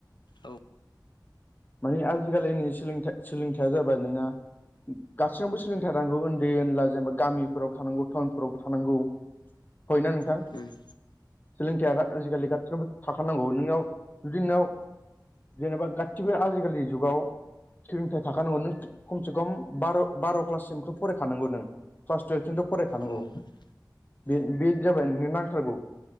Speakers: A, on the left; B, on the left.
A: औ
B: माने आजिखालिनि सोलोंथ सोलोंथाया जाबाय नोंना गासैयावबो सोलोंथाइ थानांगौ उन्दै नला जेनेबा गामिफोराव थानांगौ टाउनफोरावबो थानांगौ हय ना नोंथां
A: उम
B: सोलोंथाइया आजिखालि गासिनबो थाखानांगौ नोंनाव जुदि नोंनाव जेनेबा गासिबो आजिखालिनि जुगाव सनिथायाइ थाखानांगौ नों खमसे खम बार' बार' क्लाससिमखौ फरायखानांगौ नों क्लास टुयेल्भसिमथ' फरायखानांगौ
A: औ
B: बे बे जाबाय नोंनो नांथारगौ